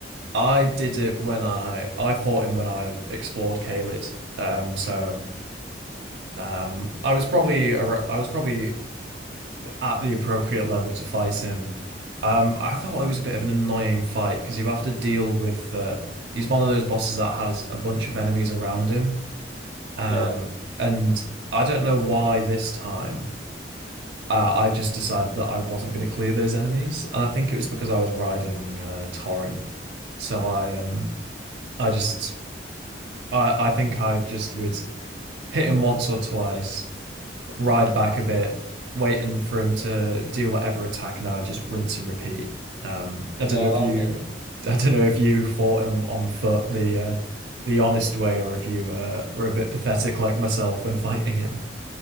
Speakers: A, on the right; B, on the left.
A: I did it when I I fought him when I explored Caelid. Um, so um, I was probably ar- I was probably at the appropriate level to fight him. Um, I thought it was a bit of an annoying fight because you have to deal with uh, he's one of those bosses that has a bunch of enemies around him. Um,
B: Yeah,
A: and I don't know why this time uh, I just decided that I wasn't going to clear those enemies, and I think it was because I was riding uh, Torrent. So I um I just I I think I just would hit him once or twice ride back a bit, waiting for him to do whatever attack, and I would just rinse and repeat. Um, I
B: yeah,
A: don't
B: I
A: know if
B: like
A: you,
B: it.
A: I don't know if you fought him on foot the uh, the honest way, or if you uh, were a bit pathetic like myself when <laughs> fighting him.